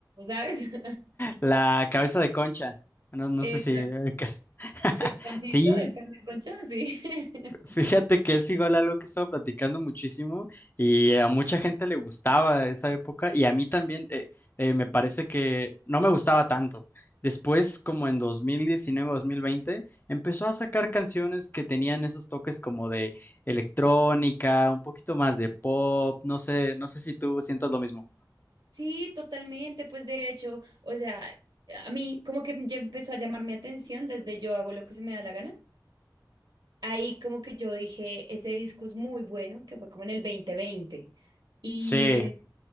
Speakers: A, on the right; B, on the left.
A: ¿sabes? <laughs>
B: La cabeza de concha. No, no
A: Exacto.
B: sé si... eh, cas- <laughs>
A: Del pancito,
B: Sí,
A: del pan de concha, sí. <laughs>
B: fíjate que es igual algo que he estado platicando muchísimo y a mucha gente le gustaba esa época y a mí también eh, eh, me parece que no me gustaba tanto. Después, como en 2019, 2020, empezó a sacar canciones que tenían esos toques como de electrónica, un poquito más de pop, no sé, no sé si tú sientas lo mismo.
A: Sí, totalmente. Pues de hecho, o sea, a mí como que ya empezó a llamar mi atención desde yo hago lo que se me da la gana. Ahí como que yo dije, ese disco es muy bueno, que fue como en el dos mil veinte Y,
B: Sí,